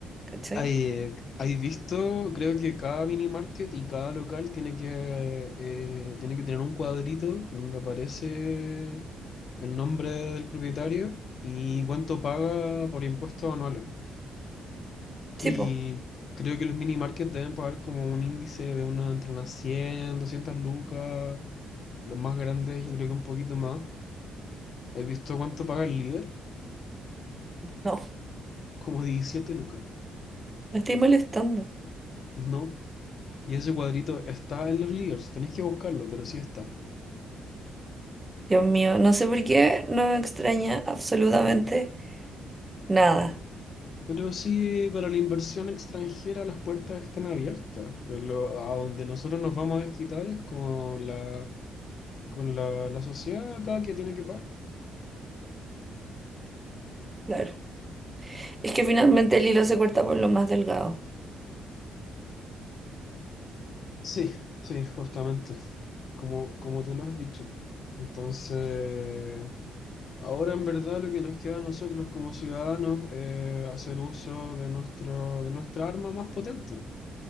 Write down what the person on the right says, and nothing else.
¿cachai?
Sí,
po.
No,
<laughs> me estoy molestando.
Dios mío, no sé por qué no me extraña absolutamente nada.
Claro. Es que finalmente el hilo se corta por lo más delgado.